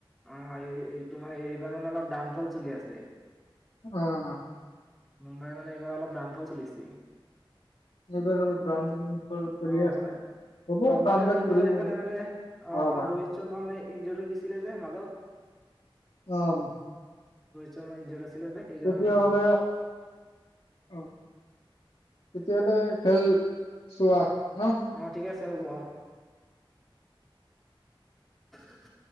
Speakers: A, in the centre; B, on the left.
A: অঁ, এই এইটো মানে এইবাৰ মানে অলপ ডানফল চলি আছে।
B: অঁ
A: মুম্বাইৰ মানে এইবাৰ অলপ দানফাও চলিছে।
B: এইবাৰ অলপ ডাউন
A: অঁ
B: ফল চলি আছে
A: মানে
B: হ'ব
A: অ
B: কাম
A: মানে
B: বেক
A: মুম্বাইৰ
B: কৰিব
A: এইফালে মানে আহ
B: অহাবাৰ।
A: মানে ৰোহিত শৰ্মা মানে ইনজৰ্ হৈ গৈছিলে যে মাজত
B: অঁ
A: চই মজ <unintelligible> ছিলে, যে সেইকাৰণে
B: তেতিয়াহ'লে
A: মানে অলপ
B: অ তেতিয়াহলে খেল চোৱা ন?
A: অঁ ঠিক আছে। চহব <unintelligible>